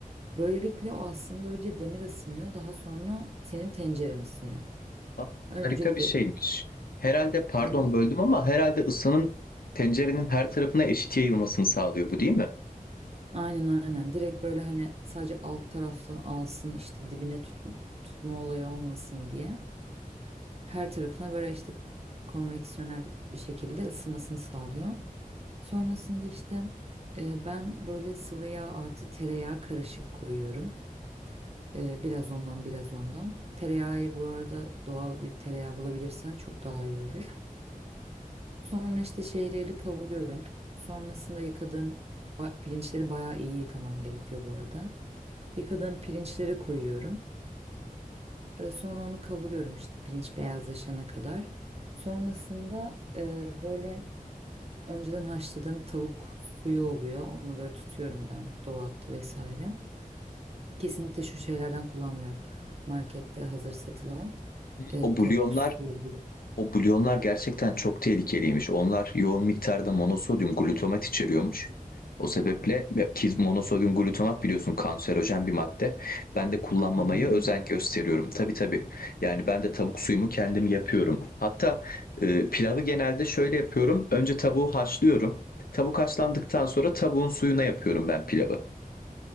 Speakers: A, on the right; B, on the left.
A: Böylelikle o aslında önce demir ısınıyor, daha sonra senin tenceren ısınıyor.
B: Aa,
A: Öncelikle
B: Harika bir şeymiş. Herhalde pardon
A: önce
B: böldüm ama herhalde ısının tencerenin her tarafına eşit yayılmasını sağlıyor bu değil mi?
A: aynen aynen direkt böyle hani sadece alt taraftan alsın işte dibine tut, tutma olayı olmasın diye her tarafına böyle işte konveksiyonel bir şekilde ısınmasını sağlıyor. Sonrasında işte e, ben böyle sıvı yağ artı tereyağı karışık koyuyorum. E, biraz ondan biraz ondan. Tereyağı bu arada doğal bir tereyağı bulabilirsen çok daha iyi olur. Sonra işte şehriyeli kavuruyorum. Sonrasında yıkadığım ba- pirinçleri bayağı iyi yıkaman gerekiyor bu arada. Yıkadığım pirinçleri koyuyorum. E, sonra onu kavuruyorum işte pirinç beyazlaşana kadar. Sonrasında e, böyle önceden haşladığım tavuk suyu oluyor. Onu böyle tutuyorum ben dolapta vesaire. Kesinlikle şu şeylerden kullanmıyorum. Markette hazır satılan e,
B: O bulyonlar
A: tavuk suyu. bile-
B: O bulyonlar gerçekten çok tehlikeliymiş. Onlar yoğun miktarda monosodyum glutamat içeriyormuş. O sebeple ya ki monosodyum glutamat biliyorsun kanserojen bir madde. Ben de kullanmamaya
A: Anladın
B: özen
A: mı?
B: gösteriyorum. Tabii tabii. Yani ben de tavuk suyumu kendim yapıyorum. Hatta e, pilavı genelde şöyle yapıyorum. Önce tavuğu haşlıyorum. Tavuk haşlandıktan sonra tavuğun suyuna yapıyorum ben pilavı.